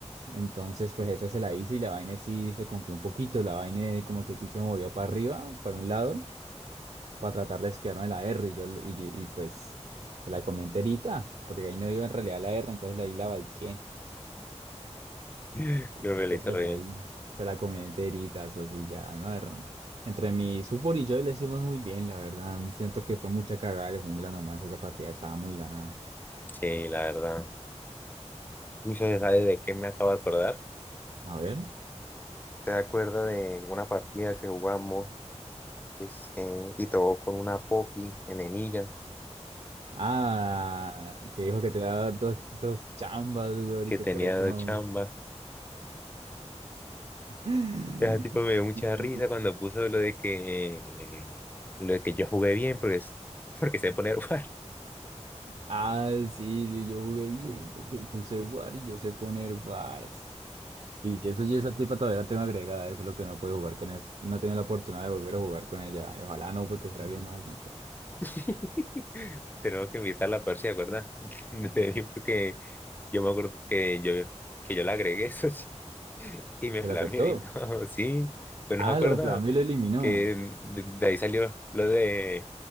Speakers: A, on the right (about 60°); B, on the left (about 15°).
A: Entonces pues esa se la hice y la vaina sí se cumplió un poquito. La vaina como que sí se movió para arriba, para un lado para tratar de esquivarme de la R. Y, yo, lo- y, yo- y pues se la comí enterita, porque ahí no iba en realidad la R, entonces ahí la balqué.
B: <laughs>
A: Así
B: Lo que
A: que
B: le hice
A: pues
B: re bien.
A: ahí se la comí enterita, eso sí, ya, no Era- Entre mi supor y yo le hicimos muy bien, la verdad. Siento que fue mucha cagada de jungla nomás, esa partida estaba muy ganada.
B: Sí, la verdad. Uy, ¿sabes de qué me acabo de acordar?
A: A ver.
B: te acuerda de una partida que jugamos es, eh, y todo con una Poppy enemiga
A: Ah, que dijo que te daba dos, dos chambas, güey,
B: que
A: y que
B: tenía
A: por eso
B: dos
A: no.
B: chambas?
A: <laughs>
B: Ese tipo me dio mucha risa cuando puso lo de que, lo de que yo jugué bien porque, es- <laughs> porque sé poner guardia.
A: Ah, sí, yo jugué bien porque puse War y yo sé poner Wars. Sí, y eso ya esa tipa todavía la tengo agregada, eso es lo que no puedo jugar con esa. No he tenido la oportunidad de volver a jugar con ella. y ojalá no, porque está bien malita.
B: <laughs> Tenemos que invitarla a Percy, ¿verdad? <laughs> porque yo me acuerdo que yo, que yo la agregué, eso <laughs> sí, y me
A: ¿Se
B: flameó
A: la aceptó?
B: y todo, <laughs> sí, pues
A: Ah,
B: no se acuerda.
A: lo Flamio lo eliminó.
B: que de, de ahí salió lo de,